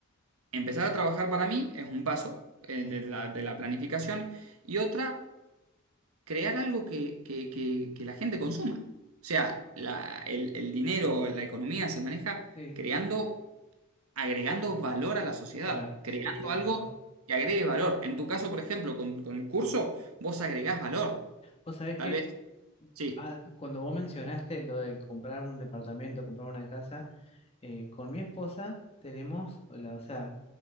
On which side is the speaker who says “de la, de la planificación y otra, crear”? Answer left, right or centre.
Right